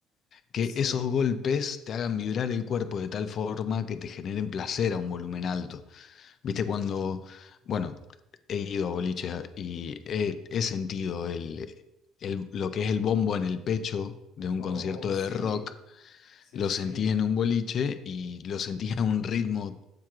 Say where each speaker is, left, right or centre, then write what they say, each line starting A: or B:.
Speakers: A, on the left; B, on the left.
A: Que
B: Sí.
A: esos golpes te hagan vibrar el cuerpo de tal forma que te generen placer a un volumen alto. Viste, cuando, bueno, he ido a boliches y he, he sentido el, el- lo que es el bombo en el pecho de un
B: Oh,
A: concierto
B: sí.
A: de rock,
B: Sí,
A: lo
B: sí,
A: sentís
B: sí.
A: en un boliche y lo sentís a un ritmo